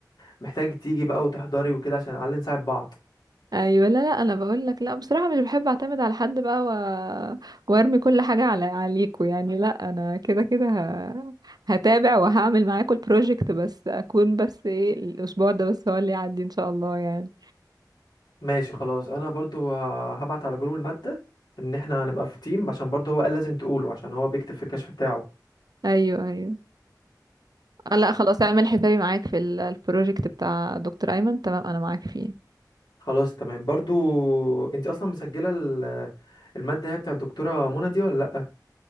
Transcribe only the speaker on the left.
محتاج تيجي بقى وتحضري وكده عشان على الأقل نساعد بعض
ماشي خلاص انا برضو ه- هبعت على جروب الماده ان احنا هنبقى في تيم عشان برضو هو قال لازم تقوله عشان هو بيكتب في الكشف بتاعه
خلاص تمام برضو انت اصلا مسجله ال- الماده هي بتاع الدكتوره منى دي ولا لا